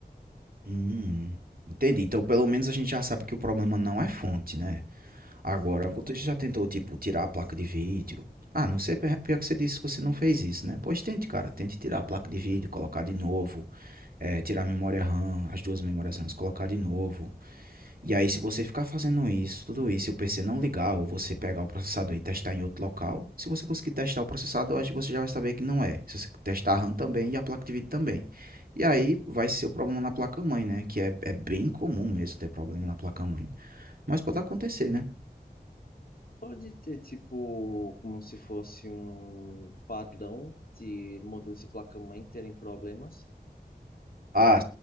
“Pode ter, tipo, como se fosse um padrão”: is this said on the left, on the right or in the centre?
Left